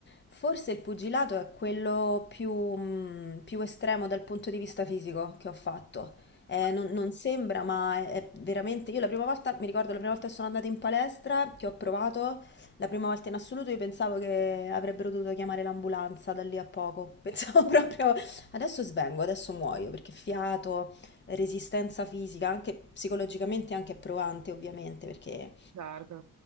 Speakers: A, on the left (about 35°); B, on the right (about 60°).
A: forse il pugilato è quello più, mh, più estremo dal punto di vista fisico che ho fatto. Eh,
B: Ma no.
A: non, non sembra, ma è, è veramente... Io la prima volta, mi ricordo la prima volta che sono andata in palestra, che ho provato, la prima volta in assoluto, io pensavo che avrebbero dovuto chiamare l'ambulanza da lì a poco. <laughs> Pensavo proprio, adesso svengo, adesso muoio, perché fiato resistenza fisica, anche psicologicamente anche provante ovviamente, perché
B: Certo.